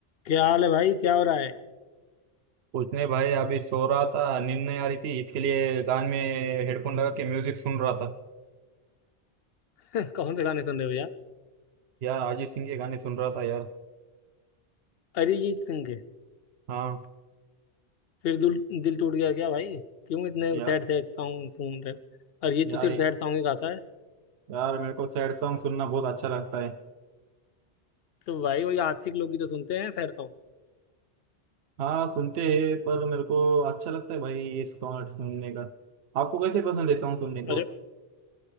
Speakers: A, on the left; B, on the right.
A: क्या हाल है भाई क्या हो रहा है
B: कुछ नहीं भाई अभी सो रहा था नींद नहीं आ रही थी इसके लिए कान में हेडफोन लगा के म्यूजिक सुन रहा था
A: <laughs> कौन से गाने सुन रहे हो यार
B: यार अरिजीत सिंह के गाने सुन रहा था यार
A: अरिजीत सिंह के
B: हाँ
A: फिर दिल दिल टूट गया क्या भाई क्यों इतने
B: यार
A: सैड सैड सॉन्ग सुन रहे हो और ये
B: यार
A: तो सिर्फ सैड सॉन्ग ही गाता है
B: यार मेरे को सैड सॉन्ग सुनना बहुत अच्छा लगता है
A: तो भाई वही आशिक लोग ही तो सुनते हैं सैड सॉन्ग
B: हाँ सुनते हैं पर मेरे को अच्छा लगता है भाई ये सॉन्ग सुनने का आपको कैसे पसंद है सॉन्ग सुनने को
A: अरे